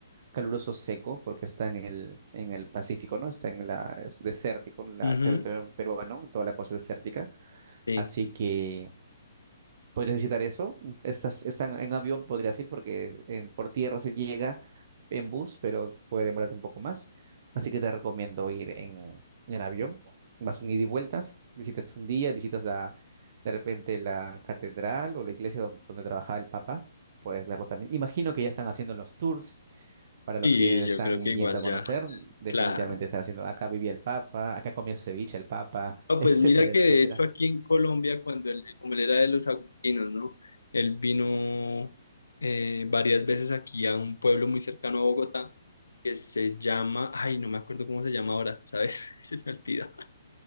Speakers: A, on the right; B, on the left.
A: caluroso seco, porque está en el, en el Pacífico, ¿no? Está en la, es desértico, en la
B: ujú,
A: territorio peruano, toda la cosa desértica.
B: sí,
A: Así que podrías visitar eso. Estás, están en avión, podrías ir, porque en- por tierra se llega en bus, pero puede demorar un poco más. Así que te recomiendo ir en, en avión. Vas un ida y vueltas, visitas un día, visitas la, de repente la catedral o la iglesia don- donde, trabajaba el Papa. Puedes verlo también. Imagino que ya están haciendo los tours para los
B: y
A: que están
B: yo creo que
A: yendo
B: igual
A: a conocer.
B: ya,
A: Definitivamente
B: claro.
A: están haciendo. Acá vivía el Papa, acá comía su ceviche el Papa,
B: No,
A: <laughs> etcétera,
B: pues mira que
A: etcétera.
B: de hecho aquí en Colombia, cuando él, como él era de los agustinos, ¿no? Él vino eh, varias veces aquí a un pueblo muy cercano a Bogotá que se llama, ay, no me acuerdo cómo se llama ahora, ¿sabes? <laughs> Se me olvidó.